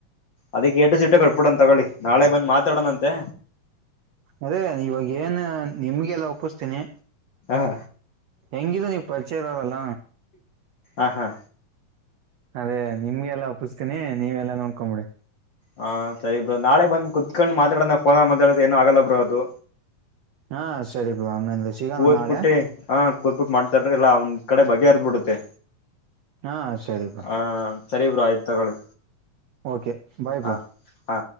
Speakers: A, on the left (about 50°); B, on the right (about 75°).
A: ಅದಿಕ್ ಎಂಟು ಜಿಡ್ಟ ಕಟ್ಬಿಡನ್ ತಗೊಳ್ಳಿ ನಾಳೆ ಬಂದ್ ಮಾತಾಡೋಣಂತೆ
B: ಅದೇ ಇವಾಗ ಏನ್ ನಿಮ್ಗೆಲ್ಲ ಒಪ್ಪಿಸ್ತೀನಿ
A: ಹ
B: ಹೆಂಗಿದ ನೀ ಪರಿಚೆಯ ಎಾವದೆಲ್ಲ
A: ಆ ಹಾ
B: ಅದೇ ನಿಮ್ಗೆ ಎಲ್ಲಾ ಒಪ್ಪಿಸ್ತೀನಿ ನೀವ ಎಲ್ಲಾ ನೋಡ್ಕೊಂಬಿಡಿ.
A: ಹಾ ಸರಿ ಬ್ರೋ ನಾಳೆ ಬಂದ್ ಕುತ್ಕೊಂಡ್ ಮಾತಾಡೋದ ಫೋನ್ ಮಾತಾಡ ಏನನು ಆಗಲ್ಲ ಬ್ರೋ ಅದು.
B: ಹಾ ಸರಿ ಬ್ರೋ ಹಂಗಂದ್ರೆ ಸಿಗೋಣ
A: ಕೂತ್ಬುಟ್ಟೆ
B: ನಾಳೆ
A: ಹ ಕೂತ್ಬುಟ್ಟ. ಮಾಡ್ತಾರ್ರ ಇಲ್ಲ ಒಂದ್ ಕಡೆ ಬಗೆ ಅರ್ದ್ ಬಿಡುತ್ತೆ.
B: ಹಾ ಸರಿಪ.
A: ಹಾ ಸರಿ ಬ್ರ ಆಯ್ತು ತಗೊಳ್ಳಿ.
B: ಓಕೆ ಬಾಯ್
A: ಹ
B: ಬ್ರೋ
A: ಹಾ